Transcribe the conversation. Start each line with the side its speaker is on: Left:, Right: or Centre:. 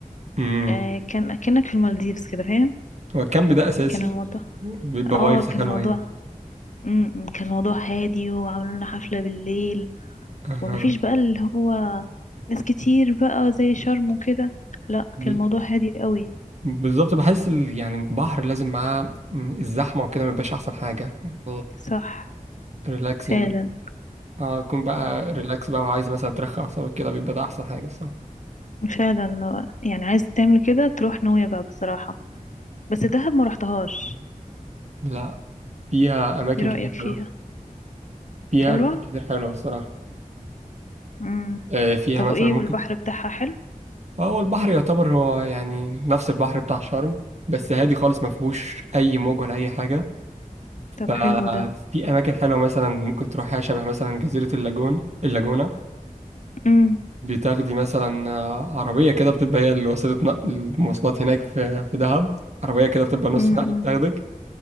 Right: امم
Left: آه كان كأنك في المالديفز كده فاهم
Right: هو الكامب ده اساسي
Left: كان الموضوع
Right: بيبقى
Left: اه
Right: فايبس
Left: كان
Right: حلوه
Left: موضوع
Right: يعني
Left: امم كان موضوع هادي وعملوا لنا حفلة بالليل
Right: اها
Left: ومفيش بقى اللي هو ناس كتير بقى زي شرم وكده لا
Right: ب-
Left: كان الموضوع هادي قوي
Right: بالظبط بحس ال- يعني البحر لازم معاه مم، الزحمه وكده ما بيبقاش احسن حاجه يعني
Left: صح
Right: ريلاكسنج
Left: فعلا
Right: اه يكون بقى ريلاكس بقى وعايز مثلا ترخي اعصابك كده بيبقى ده احسن حاجه الصراحه
Left: فعلا يعني عايز تعمل كده تروح نويبع بصراحة بس دهب ما رحتهاش
Right: لا فيها اماكن
Left: ايه رأيك
Right: كتير
Left: فيها
Right: حلوه فيها
Left: حلوة
Right: اماكن كتير حلوه الصراحه
Left: امم
Right: آه فيها
Left: طب
Right: مثلا
Left: وايه
Right: ممكن
Left: والبحر بتاعها حلو
Right: آه، هو البحر يعتبر هو يعني نفس البحر بتاع شرم بس هادي خالص ما فيهوش اي موج ولا اي حاجه
Left: طب
Right: ففي
Left: حلو ده
Right: أماكن حلوة مثلا ممكن تروحيها شبه مثلا جزيرة اللاجون اللاجونة
Left: امم
Right: بتاخدي مثلا آه، عربية كده بتبقى هي اللي وسيلة نقل المواصلات هناك في في دهب عربية كده بتبقى نص
Left: امم
Right: نقل بتاخدك